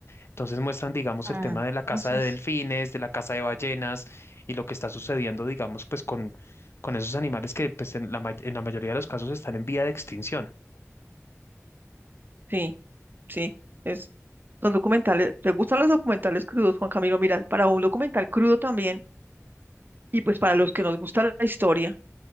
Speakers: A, on the left; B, on the right.
A: Entonces muestran, digamos,
B: Ah,
A: el tema de la caza
B: así
A: de
B: es.
A: delfines, de la caza de ballenas y lo que está sucediendo, digamos, pues con, con esos animales que pues en la, may- en la mayoría de los casos están en vía de extinción.
B: Sí, sí, es. Son documentales. ¿Te gustan los documentales crudos, Juan Camilo? Mira, para un documental crudo también, y pues para los que nos gusta la historia,